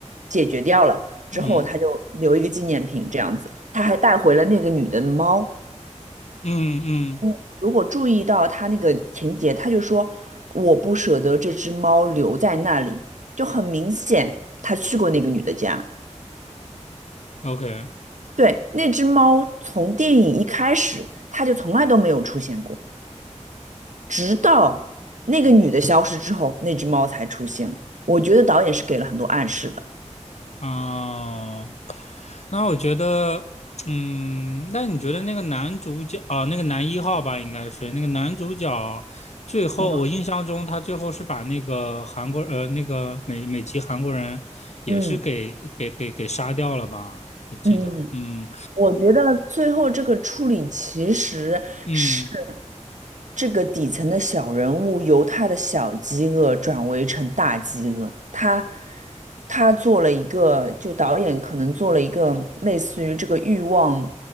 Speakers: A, on the right; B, on the left.
A: 解决掉了之后，
B: 嗯嗯
A: 他就留一个纪念品这样子，他还带回了那个女的的猫，
B: 嗯嗯
A: 嗯。如果注意到他那个情节，他就说我不舍得这只猫留在那里，就很明显他去过那个女的家。
B: ，OK。
A: 对，那只猫从电影一开始，他就从来都没有出现过，直到那个女的消失之后，那只猫才出现了。我觉得导演是给了很多暗示的。
B: 哦，那我觉得，嗯，那你觉得那个男主角啊，那个男一号吧，应该是那个男主角，最后我印象中他最后是把那个韩国呃那个美美籍韩国人也是给给给给杀掉了吧？
A: 嗯嗯，
B: 我记得，
A: 嗯
B: 嗯
A: 我觉得最后这个处理其实是。
B: 嗯
A: 这个底层的小人物由他的小饥饿转为成大饥饿，他他做了一个，就导演可能做了一个类似于这个欲望